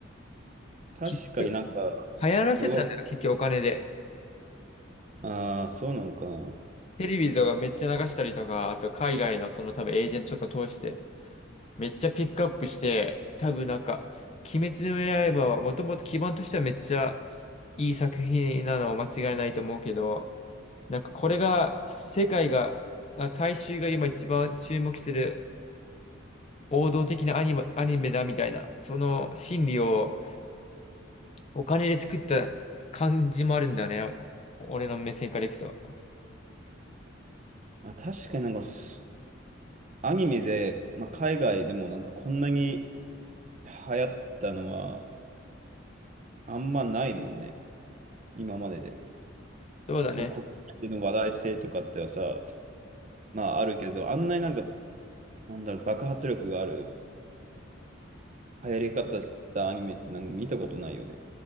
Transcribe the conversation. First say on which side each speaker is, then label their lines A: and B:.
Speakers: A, on the right; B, on the left.
A: 確かになんか、
B: 結局、流行らせたんだよ、
A: すごい。
B: 結局お金で。
A: ああ、そうなのかな。
B: テレビとかめっちゃ流したりとか、あと海外のその多分エージェントとか通して、めっちゃピックアップして、多分なんか、鬼滅の刃はもともと基盤としてはめっちゃいい作品なの間違いないと思うけど、なんかこれが世界が、あ大衆が今一番注目してる王道的なアニメ、アニメだみたいな、その心理をお金で作った感じもあるんだよね。お俺の目線からいくと。
A: まあ、確かになんかすごいああそうなのかまあ確かになんかすアニメで、まあ、海外でもなんかこんなに流行ったのはあんまないもんね。今までで。
B: そうだね。
A: その国内での話題性とかってはさ、まああるけど、あんなになんか、なんだろう、爆発力がある。流行り方したアニメってなんか見たことないよね。